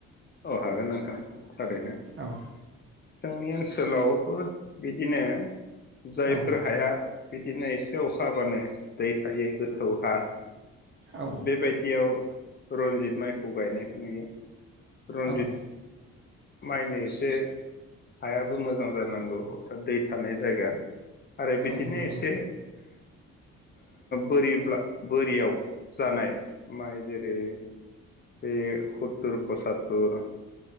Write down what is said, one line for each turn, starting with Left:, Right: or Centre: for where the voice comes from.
Left: औ हागोन नोंथां थारैनो
Right: औ
Left: जोंनि ओनसोलावबो बिदिनो जायफोर
Right: औ
Left: हाया बिदिनो एसे अखाबानो दै थायो गोथौ हा
Right: औ
Left: बेबायदियाव रन्जित माइखौ गायनायखौ नुयो रन्जित
Right: औ
Left: माइनो एसे हायाबो मोजां जानांगौ अर्थत दै थानाय जायगा आरो बिदिनो
Right: औ नंगौ
Left: एसे बोरि बोरियाव जानाय माइ जेरै बे सततर पसततर